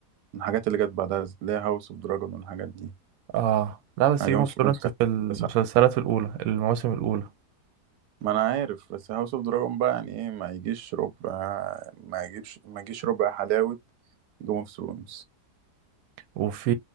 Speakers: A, on the right (about 85°); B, on the right (about 70°).
A: من الحاجات اللي جت بعدها اللي هي هاوس اوف دراجون والحاجات دي
B: اه لا بس
A: يعني
B: جيم
A: جيم اوف
B: اوف
A: ثرونز
B: ثرونز
A: كانت
B: في المسلسلات
A: تسعة
B: الاولى المواسم الاولى
A: ما انا عارف بس هاوس اوف دراجون بقى يعني ايه ما يجيش ربع ما يجيبش ما يجيش ربع حلاوة جيم اوف ثرونز
B: وفي